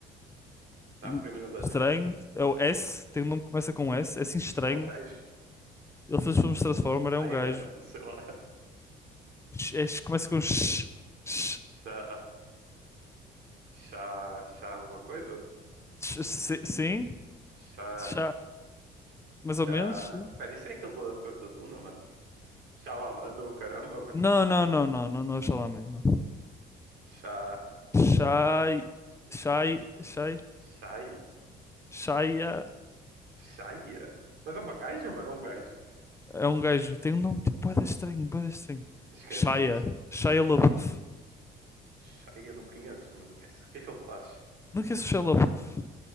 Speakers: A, on the right; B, on the left.
A: Dá
B: em-
A: a primeira letra.
B: estranho, é o S, tem um nome que começa com S, é assim estranho.
A: É um gajo?
B: Ele fez os filmes de Transformers,
A: Schneider,
B: é um gajo.
A: mano, <laughs> sei lá.
B: É, começa com sh, sh,
A: Chá... Chá... Chá alguma coisa?
B: sh, si- sim,
A: Chá...
B: chá, mais
A: Chá...
B: ou menos, sim.
A: Pera, isso é aquele ator da Duna, mano? Chá ou caramba, mano.
B: Não, não, não, não, não, não, Chalamet, não.
A: Chá.
B: Shai, Shai, Shai,
A: Chai.
B: Shia
A: Chaia? Mas é uma gaja, mano? É um gajo.
B: é um gajo, tem um nome tipo bué da estranho, bué da estranho.
A: Esquece
B: Shia,
A: disso.
B: Shia LaBeouf.
A: Chaia, não conheço, mano. O que, é que é que ele faz?
B: Não conheço o Shia LaBeouf,